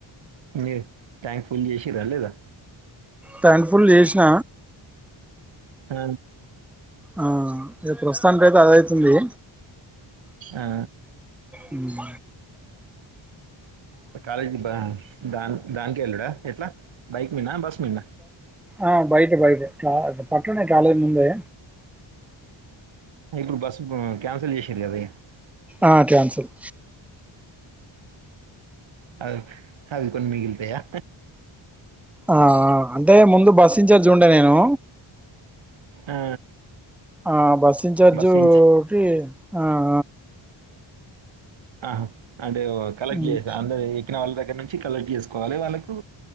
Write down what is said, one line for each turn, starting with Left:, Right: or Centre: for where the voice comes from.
Right: మీర్ ట్యాంక్ ఫుల్ చేసిర్ర లేదా
Centre: ట్యాంక్ ఫుల్ చేసిన
Right: అ
Centre: ఆ ఇ ప్రస్తుతానికైతే అదైతుంది
Right: ఆ
Centre: ఉమ్
Right: కాలేజ్ దాన్ దాన్ దాన్కే ఎళుడా ఎట్లా బైక్ మీనా బస్ మీనా
Centre: ఆ బైట బైటే ట్ల పట్లోనే కాలే ముందే
Right: ఇప్పుడు బస్సు క్యాన్సిల్ చేసిర్రు గాది
Centre: ఆ క్యాన్సల్
Right: అవి అవి కొన్ని మిగిల్తాయా
Centre: ఆ అంటే ముందు బస్సు ఇంచార్జ్ ఉండే నేను
Right: ఆ
Centre: ఆ బస్ ఇంచార్జ్
Right: బస్ ఇంచ్
Centre: కి ఆఆ
Right: ఆ అంటే కలెక్ట్
Centre: మ్
Right: చేయొచ్చా అందరు ఎక్కిన వాళ్ళ దగ్ దగ్గర నుంచి కలెక్ట్ చేసుకోవాలి వాళ్ళకు